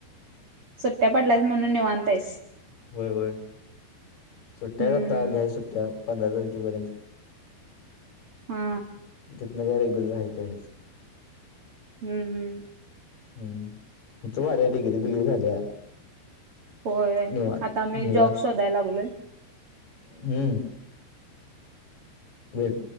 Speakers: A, on the right; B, on the left.
A: सुट्ट्या पडल्यास म्हणून निवांता येईस
B: होय होय सुट्ट्याय
A: हम्म
B: आध घ्या
A: हम्म
B: सुट्ट्या पंधरा तारखेपर्यंत
A: हा
B: जितन काय रेगुलर आहे ते आहे च
A: हम्म हम्म
B: हम्म, तुमचं बरंय डिगिरी बिगेरी झाल्या.
A: होय
B: निवांत
A: आता आम्ही
B: निवांत
A: जॉब शोधायला लागलोय
B: हम्म भेट